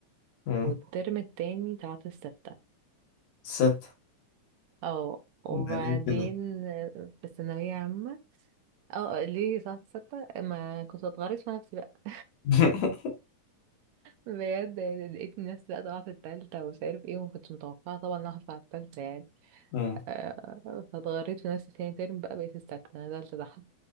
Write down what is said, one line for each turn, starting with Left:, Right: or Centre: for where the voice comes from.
Left: م.
Right: والترم التاني طلعت الستة
Left: ست
Right: اه وبعدين
Left: ده ليه كده؟
Right: في الثانوية عامة اه ليه طلعت الستة ما كنت بتغرس في نفسي بقى
Left: <laughs>
Right: بجد يعني لقيت الناس بقى طالعة في التالتة ومش عارف ايه وما كنتش متوقعة طبعا ان أنا هطلع التالتة يعني
Left: م-
Right: آه، فاتغريت في نفسي تاني ترم بقى بقيت السادسة نزلت تحت